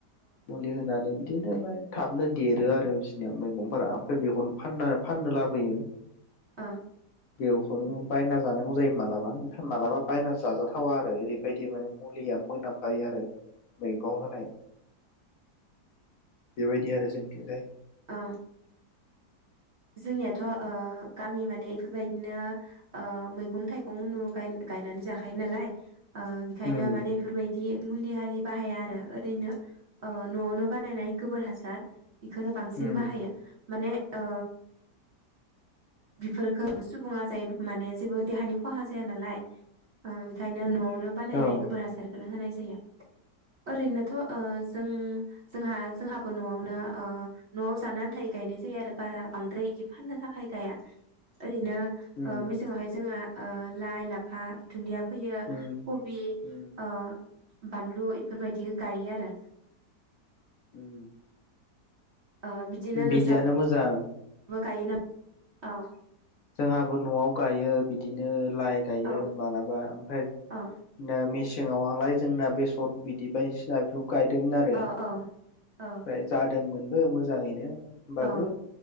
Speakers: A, on the left; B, on the right.
A: मुलि होनानै बिदिनो मा थाबनो देरो आरो बिसनिया मैगंफोरा ओमफ्राय बेखौनो फानना-फाननो लाबोयो।
B: ओ
A: बेवखौनो बायना जानांगौ जायो मालाबा। मालाबा बायना जाजाथावा आरो। ओरै बायदि माने मुलिया मोनाम गायो आरो। मैगं होनाय बेबायदि आरो जोंनिथिंजाय।
B: अ जोंनियाथ' ओ गामि माने इफोरबायदिनो ओ मैगं थाइगं उनु गाय गायनानै जाखायो नालाय। ओ बिखायनो
A: उम
B: माने इफोरबायदि मुलि हारि बाहाया आरो ओरैनो ओ न'आवनो बानायनाय गोबोर हासार इखोनो बांसिन
A: उम
B: बाहायो। माने ओ बिफोरखो सुबुङा जायोबा माने जेबो देहानि खहा जाया नालाय ओ बिखायनो न'आव नों बानायनाय
A: औ
B: गोबोर हासार। नो होनाय जायो ओरैनोथ' ओ जों जोंहा जोंहाबो न'आवनो ओ न'आव जानो आन्थायै गायनाय जायो आरो बारा बांद्राय इदि फाननो थाखाय गाया ओरैनो
A: उम
B: ओ मेसेंङावहाय जोङो ओ ाइ लाफा दुन्दिया फोयो
A: उम
B: कबि
A: उम
B: ओ बानलु इफोरबायदि गायो आरो
A: उम
B: ओ बिदिनो नोंसाब
A: बिदियानो मोजां
B: बो गायो नाम औ
A: जोंङाबो न'आव गायो बिदिनो । लाइ गायो
B: औ
A: मालाबा ओमफ्राय
B: औ
A: नो मेसे मेसेंङावआलाय जोंना बेसर बिदि बायदिसिना बेफ गायदोंमोन आरो
B: औ औ औ
A: फ्राय जादोंमोन। बो मोजाङैनो होनबाबो
B: औ